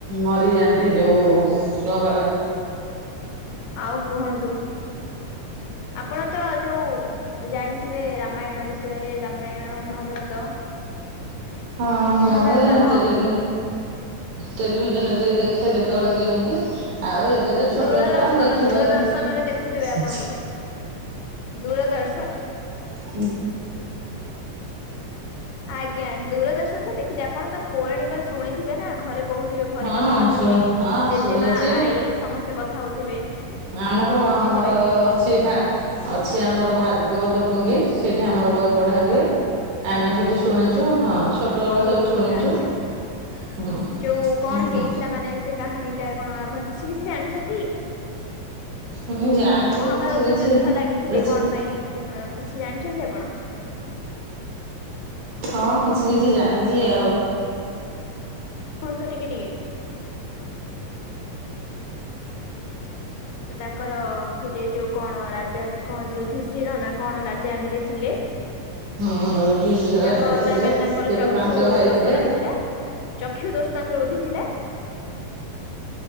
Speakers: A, on the right; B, on the left.
A: ମରି ଯାଆନ୍ତି ଯୋଉ ସମ୍ୱାଳୁଆ।
B: ଆଉ କୁହନ୍ତୁ ଆପଣ ତ ଯୋଉ ଜାଣିଥିବେ ରାମାୟଣ ବିଷୟରେ ରାମାୟଣ ମହାଭାରତ।
A: ହଁ ମୁ
B: ମହାଭାରତ ହଁ
A: ଟେଲ ଟେଲିଭିଜନ ଏ ଦେଖ ଦେଖ କେତେବେଳେ କେମିତି ଆଉ ଏବେ ତ ଛୋଟ
B: ଦୂରଦର୍ଶନ
A: ଛୁଆ ମୁ ଦେଖି
B: ଦୂରଦର୍ଶନରେ
A: ପାରୁନି।
B: ଦେଖୁଥିବେ ଆପଣ ବୋଧେ। ଦୂରଦର୍ଶନ।
A: ହୁଁ
B: ଆଜ୍ଞା ଦୂରଦର୍ଶନ ତ ଦେଖିଥେ ଆପଣ ତ ପୌରାଣିକରେ ଶୁଣିଥିବେ ନା ଘରେ କହୁଥିବେ ଘରେ
A: ହଁ
B: କଥାବାର୍ତ୍ତା
A: ଶୁଣ
B: ହୁଅନ୍ତି
A: ହଁ
B: ଜେଜେମା
A: ଶୁଣିଛି
B: ଆଈ ସମସ୍ତେ କଥା ହଉଥିବେ।
A: ଆମର
B: ଆପଣ
A: ଆମର
B: ଶୁଣିଥିବେ
A: ଅଛି ଭ ଅଛି ଆମର ଭାଗବତ ଟୁଙ୍ଗି ସେଇଠି ଆମର ବହି ପଢା ହୁଏ। ଆମେ
B: ଆଜ୍ଞା।
A: ସେଠି ଶୁଣିଛୁ ହଁ ଛୋଟବେଳ ସବୁ ଶୁଣିଛୁ।
B: ଆଜ୍ଞା
A: ହୁଁ
B: ଯୋଉ କଣ
A: ହୁଁ ହୁଁ
B: ହେଇଥିଲା ମାନେ ସେ କାହାଣୀ ଟା କଣ ଆପଣ କିଛି କିଛି ଜାଣିଛନ୍ତି?
A: ମୁଁ ଜାଣିଛି
B: ମହାଭାରତ
A: କିଛି କିଛି
B: ଯୁଦ୍ଧ ଲାଗିଥିଲେ
A: କିଛି
B: କଣ ପାଇଁ କିଛି ଜାଣିଛନ୍ତି ଆପଣ?
A: ହଁ କିଛି କିଛି ଜାଣିଛି ଆଉ
B: କୁହନ୍ତୁ ଟିକେ ଟିକେ। ତାଙ୍କର ଥିଲେ ଯୋଉ କଣ ରାଜା କଣ ଯୁଧିଶିର ନା କଣ ରାଜା ଏମତି ଥିଲେ?
A: ହୁଁ ଯୁଧିଷ୍ଠିର
B: ତାଙ୍କ
A: ରାଜା ଥିଲେ
B: ତାର ମ ତାଙ୍କର
A: ସେ
B: ଚକ୍ଷୁ
A: ତ ପାଞ୍ଚ ଭାଇ
B: ଦୋଷ
A: ଥିଲେ
B: ରହିଥିଲା। ଚକ୍ଷୁ ଦୋଷ ତାଙ୍କର ବୋଧି ଥିଲା?